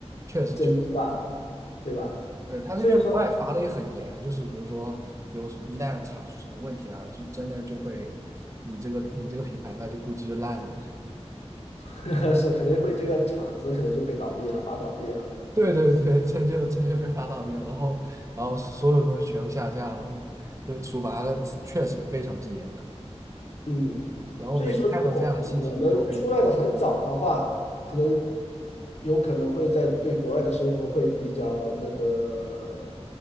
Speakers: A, on the right (about 25°); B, on the left (about 75°).
A: 确实确实，
B: 监督吧，对吧？
A: 对，他这边国外罚的也很严，
B: 所以说
A: 就是比如说有一旦查出什么问题啊，就真的就会你这个你这个品牌那就估计就烂了，
B: <laughs> 是可能会这个厂子可能就被倒闭了，罚倒闭了。
A: <laughs> 对对对，真就真就被发到边了然后然后所有东西全部下架，然后就处罚的确实非常之严格。
B: 嗯，
A: 然后每次看到这样的信息，
B: 所以说，如果我们出来的很早的话，
A: 你就会，
B: 可能有可能会在对国外的生活会比较那个，